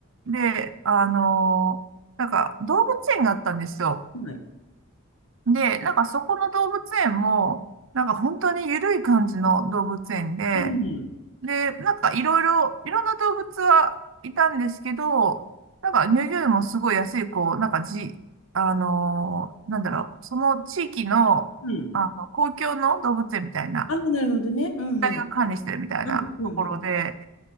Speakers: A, on the right; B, on the left.
A: で、あのなんか動物園があったんですよ。
B: はい。
A: で、なんかそこの動物園も、なんか本当に緩い感じの動物園で、
B: うん。
A: で、なんかいろいろ、いろんな動物はいたんですけど、なんか入場料もすごい安い、こう、なんかじ、あのーなんだろう、その地域の、
B: うん。
A: あの、公共の動物園みたいな、
B: あなるほどね。うんうん。
A: 大が管理してるみたいなところで、
B: うんうん